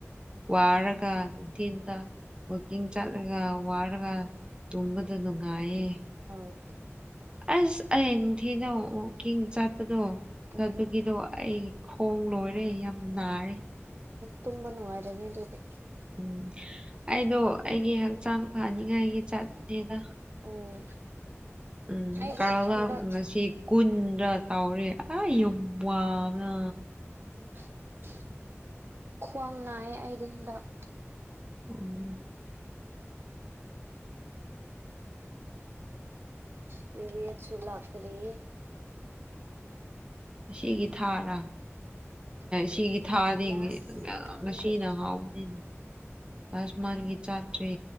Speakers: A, on the right (about 20°); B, on the right (about 50°).
A: ꯋꯥꯔꯒ ꯅꯨꯡꯊꯤꯟꯗ ꯋꯥꯀꯤꯡ ꯆꯠꯂꯒ ꯋꯥꯔꯒ ꯇꯨꯝꯕꯗ ꯅꯨꯡꯉꯥꯏꯌꯦ
B: ꯑꯥꯎ
A: ꯑꯁ ꯑꯩ ꯅꯤꯡꯊꯤꯗ ꯎꯀꯤꯡ ꯆꯠꯄꯗꯣ ꯆꯠꯄꯒꯤꯗꯣ
B: ꯎꯝ
A: ꯑꯩ ꯍꯣꯡ ꯂꯣꯏꯔꯦ ꯌꯥꯝ ꯅꯥꯔꯦ
B: ꯇꯨꯝꯕ ꯅꯨꯡꯉꯥꯏꯔꯅꯤ ꯑꯗꯨꯗꯤ
A: ꯎꯝ ꯑꯩꯗꯣ ꯑꯩꯒꯤ ꯍꯛꯆꯥꯡ ꯐꯅꯤꯉꯥꯏꯒꯤ ꯆꯠꯄꯅꯦꯗ
B: ꯎꯝ
A: ꯎꯝ
B: ꯑꯩꯗꯤ
A: ꯀꯥꯔꯂꯥ
B: ꯍꯟꯗꯛ
A: ꯉꯁꯤ ꯀꯨꯟꯗ ꯇꯥꯎꯔꯦ ꯑ ꯋꯥꯅꯥ
B: ꯎꯝ <inaudible> ꯈ꯭ꯋꯥꯡ ꯅꯥꯌꯦ ꯑꯩꯗꯤ ꯍꯟꯗꯛ
A: ꯎꯝ <inaudible>
B: ꯄꯤꯕꯤ ꯑꯁꯨ ꯂꯇ꯭ꯔꯤ
A: ꯑꯁꯤꯒꯤ ꯊꯥꯔ
B: ꯎꯝ
A: ꯁꯤꯒꯤ ꯊꯥꯗꯤ
B: ꯂꯥꯁ ꯃꯟꯒꯤ
A: ꯃꯁꯤꯅ ꯍꯥꯎꯅꯤꯅ ꯑꯖꯃꯥꯟꯒꯤ ꯆꯥꯇ꯭ꯔꯤ